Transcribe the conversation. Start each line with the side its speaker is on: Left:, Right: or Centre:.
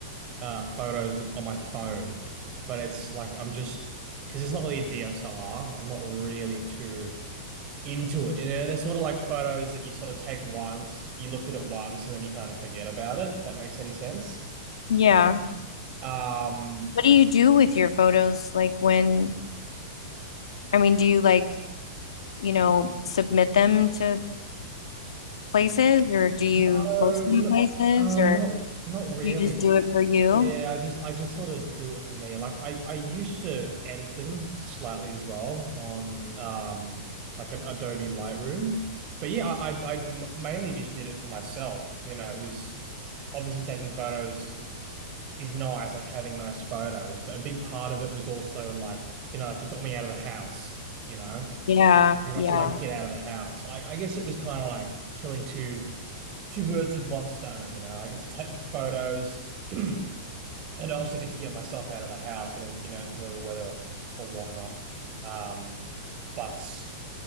Right: uh, photos with on my phone, but it's like I'm just because it's not really a DSLR. I'm not really too into it. You know, they're sort of like photos that you sort of take once, you look at it once, and then you kind of forget about it, if that makes any sense.
Left: Yeah.
Right: Um,
Left: What do you do with your photos like when I mean, do you like, you know, submit them to places or do you
Right: no,
Left: post them
Right: no,
Left: places
Right: no,
Left: or
Right: not not really.
Left: you just do it for you?
Right: Yeah, I just I just sort of do it for me. Like I I used to edit them slightly as well on um like an Adobe Lightroom. But yeah, I I I m- mainly just did it for myself. You know, it was obviously taking photos is nice, like having nice photos. But a big part of it was also like, you know, like it got me out of the house, you know?
Left: Yeah,
Right: Like I got
Left: yeah.
Right: to like get out of the house. I, I guess it was kind of like killing two two birds with one stone, you know? I get to take photos <clears throat> and I also get to get myself out of the house and, you know, enjoy the weather or whatnot. Um, but